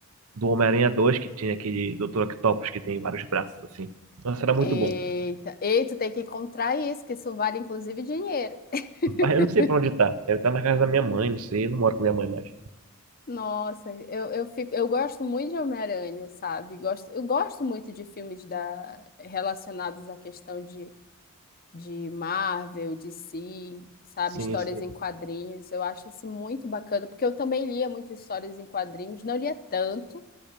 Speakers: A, on the right; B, on the left.
A: do Homem-Aranha 2 que tinha aquele Dr. Octopus que tem vários braços assim. Nossa, era muito
B: Eita.
A: bom.
B: Ei, tu tem que encontrar isso, que isso vale inclusive dinheiro. <laughs>
A: Mas eu não sei pra onde tá. Deve estar na casa da minha mãe, não sei. Eu não moro com minha mãe mais.
B: Nossa, eu, eu fico, eu gosto muito de Homem-Aranha, sabe? Gosto, eu gosto muito de filmes da, relacionados à questão de, de Marvel, DC, sabe?
A: Sim,
B: Histórias
A: sim.
B: em quadrinhos. Eu acho assim, muito bacana, porque eu também lia muitas histórias em quadrinhos, não lia tanto,